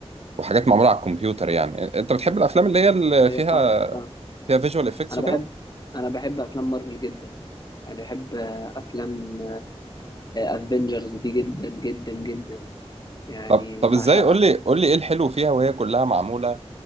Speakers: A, on the right (about 70°); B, on the left (about 40°).
A: وحاجات معمولة على الكمبيوتر يعني انت بتحب الافلام اللي هي اللي
B: هي
A: فيها
B: فاهمك فاهم
A: فيها فيجوال افكتس
B: انا
A: وكده
B: بحب انا بحب افلام مارفل جدا يعني بحب افلام افنجرز دي جدا جدا جدا يعني
A: طب طب
B: بعشقها
A: ازاي قول لي قول لي ايه الحلو فيها وهي كلها معمولة